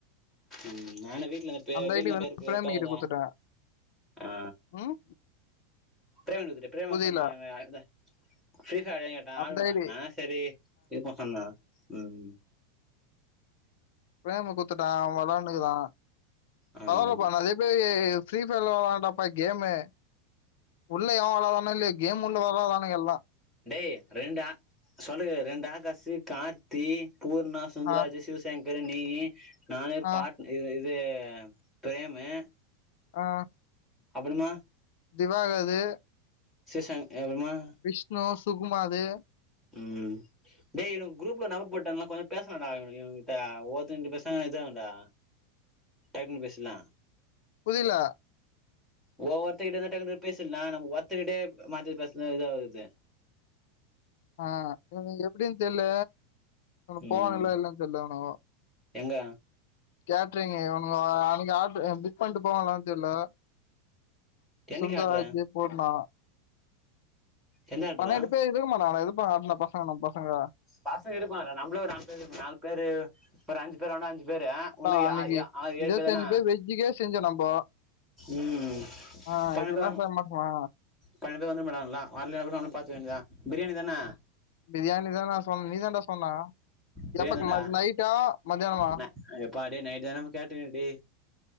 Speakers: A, in the centre; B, on the left.
A: ம் நானு வீட்ல பெ
B: அந்த
A: வீட்டுல
B: ஐடி வந்து
A: பெரு வெருப்பா
B: பிரேமிக்
A: இருக்குதுடா
B: கிட்ட குத்துட்டேன்
A: ஆ
B: ம்
A: ப்ரேம குடுத்துட்டு ப்ரேம
B: புரியல
A: சொன்னா என்ன ஆ ஃப்ரி பயர் ஆடுவியான் கேட்டா
B: அந்த
A: ஆடுவேன்டானே
B: ஐடி
A: செரி இருப்போ சொன்னா ம்
B: பிரேம குத்துட்டா அவ வெளாண்டுகிறா
A: ஆ
B: வளரப்பா நறைய ஃப்ரீ ஃபயர் வெளாண்டப்பா கேமே உள்ள எவ வராதானோ இல்லையே கேம் உள்ள வராதானுங்க எல்லா
A: டே ரெண்டு சொல்றத கேளு ரெண்டு ஆகாசு கார்த்தி பூர்ணா சுந்தராஜ
B: ஆ
A: சிவசக் சங்கர் நீய் நானு
B: ஆ
A: பாட் இது பிரேமு
B: ஆ
A: அப்பறமா
B: திவாகது
A: <unintelligible>
B: விஷ்ணு சுகுமாது
A: ம் டேய் இங்க குரூப்ல நம்பர் போட்ட கொஞ்ச பேசலாண்டா இவுங்ககிட்ட ஒருத்தங்கட்ட பேசுனா இது ஆகுண்டா டைம்கு பேசலா
B: புதில
A: ஓ ஒருத்தக்கிட்டே இருந்த பேசலா நம்ம ஒருத்தக்கிட்டே மாத்தி பேசுனா இத ஆகுது
B: ஆ இவனுங்க எப்பிடனு தெர்ல
A: ம்
B: போவான்ல்ல இல்லன்னு தெரியல்ல உனு
A: எங்க
B: கேட்ரிங் இவனுங்க <unintelligible> ஆடரு புக் பண்ணிட்டு போவலாம்னு தெரியல
A: என்னைக்கு
B: சுந்தர்
A: ஆட்ரு
B: ராஜே போட்னா
A: எந்த ஆட்ரா
B: பன்னெண்டு பேர் இருக்கமாட்டாங்களே இருப்பாங்களா பசங்க நம் பசங்க
A: பசங்க இருப்பாங்க நம்மளே ஒரு நாலு பேரு நாலு பேரு அப்றோ அஞ்சு பேர் ஆன அஞ்சு பேரு
B: அடா
A: உன்னு
B: அன்னைக்கு
A: அ ஆரு ஏழு
B: இருபத்தஞ்சு
A: பேரு தானே
B: பேர் வெஜ்ஜுக்கே செஞ்சோம் நம்ம
A: ம்
B: ஆஹ்
A: ப <unintelligible>
B: இதெல்லாம் செய்ய மாட்டோமா
A: பண்ணென்டு பேர் வந்திட்டு போய்ட்டாங்களா வந்தா கூட ஒன்னு பாத்துக்க வேண்டியதா பிரியாணி தானா
B: பிரியாணி தானா சொன் நீ தாண்டா சொன்ன
A: பிரியாணி
B: எப்பக்கு
A: தான்டா
B: ம நைட்டா மத்தியானமா
A: ந எப்பா டே நைட் தானே கேட்டுங்க டே